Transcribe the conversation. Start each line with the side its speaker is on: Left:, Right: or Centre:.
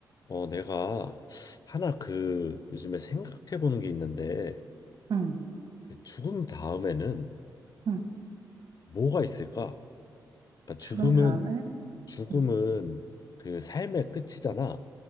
Left: 어, 내가 하나 그 요즘에 생각해 보는 게 있는데
Right: 응,
Left: 그 죽음 다음에는
Right: 응.
Left: 뭐가 있을까? 그러니까
Right: 죽음
Left: 죽음은
Right: 다음에?
Left: 죽음은
Right: 응,
Left: 그 삶의 끝이잖아.